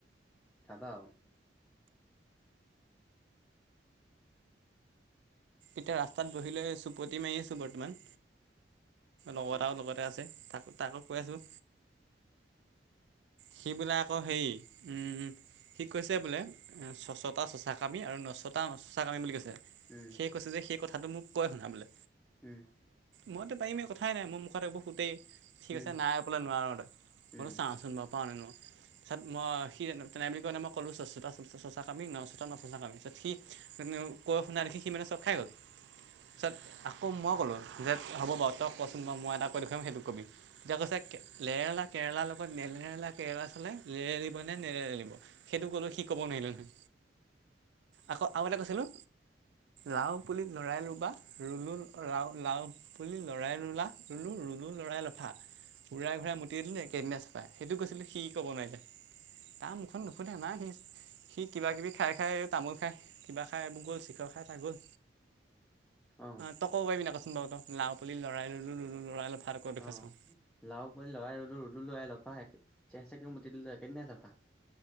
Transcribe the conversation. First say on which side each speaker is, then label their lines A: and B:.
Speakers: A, in the centre; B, on the right.
A: খাবা আৱ
B: এতিয়া ৰাস্তাত বহিলৈ চুপতি মাৰি আছোঁ বৰ্তমান। লগৰ
A: উম,
B: এটাও লগতে আছে। তাক তাকো কৈ আছোঁ। সি বোলে আকৌ হেৰি, উম। সি কৈছে বোলে, এ ছচটা চছাকামি আৰু নছটা নচছাকামি বুলি কৈছে।
A: উম,
B: সি কৈছে যে সেই কথাটো মোক কয় শুনা বোলে।
A: উম,
B: মইটো পাৰিমে কথাই নাই। মোৰ মুখত এইবোৰ ফুটেই। সি
A: উম।
B: কৈছে, নাই বোলে নোৱাৰ তই। মই
A: উম
B: বোলো চাওঁচোন বাৰু পাৰোঁ নে নোৱাৰোঁ। পিছত মই সি জানো। তেনে বুলি কৈ কেনে মই কলো, চছিতা চ' চ' চ' চছা কামি, ন ছিতা নচছা কামি। পিছত সি সিও, কৈ শুনোৱা দেখি সি মানে চক খাই গ'ল। পিছত আক কৌ মই ক'লো যে হ'ব বাৰু তই কচোন বাৰু মই এটা কৈ দেখোৱাম সেইটো কবি। তেতিয়া কৈছে কে লেৰেলা, কেৰে কেৰেলাৰ লগত নেলেৰেলা কেৰেলা থ'লে লেৰেলিব নে নেৰেলিব সেইটো ক'লো সি ক'ব নোৱাৰিলে নহয়, আকৌ আৰু এটা কৈছিলো লাও পুলি লৰাই ৰুবা, ৰুলো লাও লাও পুলি লৰাই ৰুলা, ৰুলো ৰুলো লৰাই লফা। ওৰাই ঘূৰাই মুতি দিলোঁ একেদিনাই চফা। সেইটো কৈছিলোঁ, সি ক'ব নোৱাৰিলে। তাৰ মুখখন নুফু ফুতে নোৱাৰে সি, সি কিবা কিবি খাই খাই তামোল খাই, কিবা খাই গ'ল, চিখৰ খাই তাৰ গ'ল,
A: অ
B: তই ক'ব পাৰিবি নাই ক্‌ ক'ত, লাও পুলি লৰাই ৰুলোঁ ৰুলোঁ লৰাই লফা আকৌ দেখুৱাই
A: অ',
B: চাওঁ
A: শুন, লাও পুলি লৰাই ৰুলোঁ ৰুলোঁ লৰাই লফা <unintelligible> ছে চে কে মুতি দিলোঁ একেদিনাই চাফা।